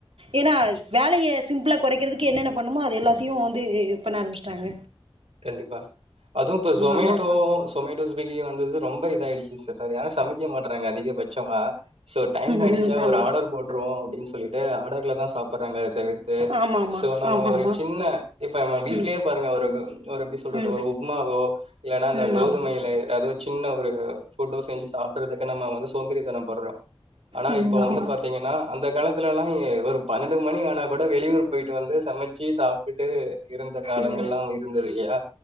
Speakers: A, on the right; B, on the right.
A: ஏன்னா வேலையை சிம்பிளா குறைக்கிறதுக்கு என்னென்ன பண்ணுமோ அது எல்லாத்தையும் வந்து பண்ண ஆரம்பிச்சட்டாங்க
B: கண்டிப்பா அதுவும் இப்ப ஜொமேட்டோ
A: ஆமா
B: சொமேட்டோ ஸ்பிகி வந்தது ரொம்ப இதாயடுச்சு சா சமைக்க மாட்டறாங்க அதிக பச்சமா சோ டைம்
A: ம்
B: ஆயடுச்சா
A: ம் ஆமா
B: ஒரு ஆர்டர் போட்டுருவோம் அப்படின்னு சொல்லிட்டு ஆர்டர்ல தான் சாப்ப பாங்க தவிர்த்து
A: ஆமா ஆமா
B: சோ நம்ம
A: ஆமா
B: ஒரு
A: ஆமா
B: சின்ன இப்ப வீடலயே
A: ம்
B: பாருங்க ஒரு தோ ஒரு எப்டி சொல்றது
A: ம்
B: ஒரு உப்மாவோ இல்லன்னா இந்த
A: ம்
B: கோதுமையில
A: ஆமா
B: அது சின்ன ஒரு ஃபுட்டோ செஞ்சு சாப்பிற்றதுக்கு நம்ம வந்து சோம்பேதிரத்தனோ பட்றோ ஆனா
A: ம்
B: இப்ப
A: ஆமா
B: வந்து பாத்தீங்கன்னா அந்த காலத்து ல்லா ஏ ஒரு பன்னெண்டு மணி ஆனா கூட வெளியூர் போயிட்டு வந்து சமச்சு சாப் பிட்டு இருந்த காலங்கள்லா
A: ம்
B: இல்லையா